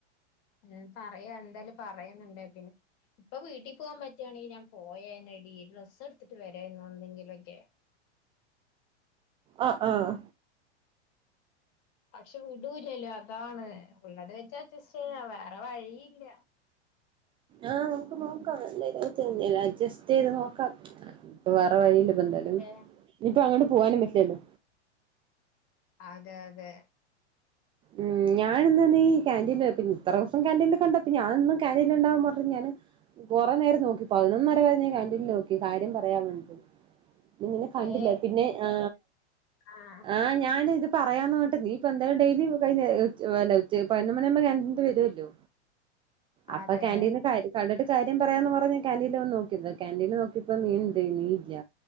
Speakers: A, on the left; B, on the right.
A: ഞാൻ പറയാ എന്തായാലും പറയന്ന്ണ്ടേ പിന്നെ ഇപ്പൊ വീട്ടി പോവാൻ പറ്റാണെങ്കി ഞാൻ പോയെനെടി ഡ്രസ്സ് എടുത്തിട്ട് വരായിരുന്നു എന്തെങ്കിലൊക്കെ
B: ആ ആഹ്
A: പക്ഷെ വിടൂലല്ലോ അതാണ് ഉള്ളത് വെച്ച് അഡ്ജസ്റ്റ് ചെയ്യ വേറെ വഴിയില്ല
B: ആഹ് നമുക്ക് നോക്കാം <unintelligible> അട്ജെസ്റ്റ് ചെയ്തു നോക്കാം വേറെ വഴിയില്ല ഇപ്പൊ എന്തായാലും
A: ഏ
B: ഇഞ്ഞിപ്പ അങ്ങട്ട് പോവാനും പറ്റില്ലല്ലോ
A: അതെ അതെ
B: ഉം ഞാൻ ഇന്നാ നീ കാന്റീൻ അകത്ത് ഇത്ര ദൂസം കാന്റീൽ കണ്ടപ്പോ ഇപ്പ ഞാനെന്നും കാൻ്റീൻലുണ്ടാവും പറഞ്ഞ ഞാന് കൊറേ നേരം നോക്കി പതിനൊന്നര വരെ ഞാൻ കാൻ്റീൻല് നോക്കി കാര്യം പറയാൻ വേണ്ടി നിന്നെ കണ്ടില്ല
A: ഏ
B: പിന്നെ ആ
A: ആഹ്
B: ആ ഞാനിത് പറയാന്ന്റന്നിട്ട് നീ ഇപ്പ എന്തായാലും ഡെയിലി വയ്ന്നേ ഉച്ച അല്ല ഉച്ച പതിന്നൊന്ന് മണിയാവുമ്പോ കാന്റീൻത്തെ വരുവല്ലോ അപ്പൊ
A: അതെ
B: കാന്റീൻ ക കണ്ടിട്ട് കാര്യം പറയാന്ന് പറഞ്ഞ് കാന്റീനിൽ വന്ന് നോക്കിയത കാൻ്റീൻ ല് നോക്കിയപ്പോ നീണ്ട് നീയില്ല